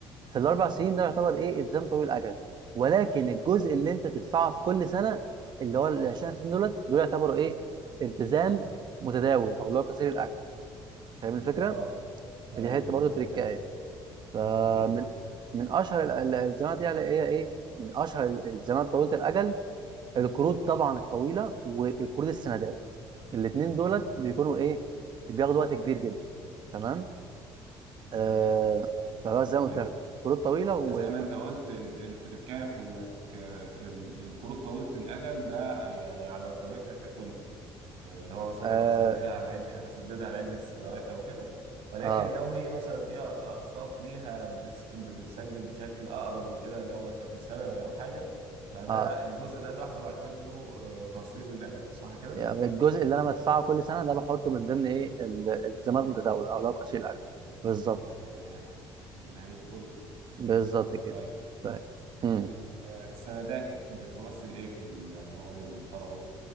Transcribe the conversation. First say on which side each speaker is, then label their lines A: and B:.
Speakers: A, on the right; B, on the right.
A: في الاربع سنين ده يعتبر ايه التزام طويل الاجل ولكن الجزء اللي انت بتدفعه في كل سنه اللي هو ال 20% دولت دول يعتبروا ايه التزام متداول او اللي هو قصير الاجل فاهم الفكره
B: اه ايوه
A: دي حته برضه
B: ايوه
A: تريكايه
B: فهمت
A: فمن
B: م.
A: من اشهر ال- ال- الالتزامات يعني هي ايه من اشهر ال- الالتزامات طويله الاجل القروض طبعا الطويله والقروض السندات الاثنين دولت بيكونوا ايه بياخدوا وقت كبير جدا تمام آه
B: تمام
A: فبس زي ما
B: طيب
A: قلت لك قروض طويله وقروض
B: زي ما انت قلت ال- التركية في انك آه، ال- الكروت طويلة الأجل ده يعني على قيمتها ككل ان هو مثلا
A: آه
B: لو هسجلها على عدة هسددها على عدة سنوات او كده ولكن
A: اه
B: لو هي مثلا فيها أقساط ليها بتس- بتتسجل بشكل أقرب من كده اللي هو شكل سنوي أو حاجة فده
A: اه
B: الجزء ده لوحده بعتبره آه، قصير الأجل صح كده؟
A: يعني الجزء اللي انا بدفعه كل سنه ده بحطه من ضمن ايه ال- الزمالك
B: اه
A: متداول او لو قصير الاجل بالظبط
B: تمام زي الفل
A: بالظبط كده
B: طيب
A: طيب امم
B: ال- السندات بتمثل إيه في الأموال المقترضة؟